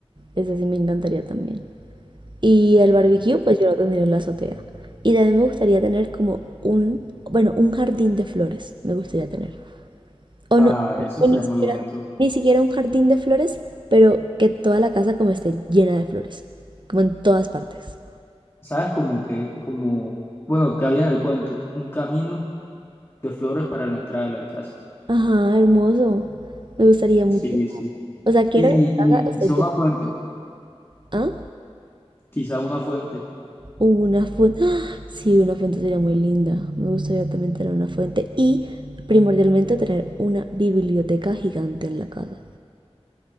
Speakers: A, on the right; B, on the left.
A: es así, me encantaría también. Y el barbecue, pues yo lo tendría en la azotea. Y también me gustaría tener como un, bueno, un jardín de flores, me gustaría tener. O
B: Ah,
A: no,
B: eso
A: o
B: será
A: ni
B: muy
A: siquiera,
B: bonito.
A: ni siquiera un jardín de flores, pero que toda la casa como esté llena de flores, como en todas partes.
B: ¿Sabes? Como que, como, bueno, que había en el cuento, un camino de flores para la entrada de la casa.
A: Ajá, hermoso. Me gustaría mucho.
B: Sí, sí.
A: O sea, quiero
B: Y,
A: que mi casa
B: y
A: esté
B: quizá
A: llena.
B: una fuente,
A: ¿Ah?
B: quizá una fuente.
A: Una fuente. <gasps> ¡Ah! Sí, una fuente sería muy linda. Me gustaría también tener una fuente y primordialmente tener una biblioteca gigante en la casa.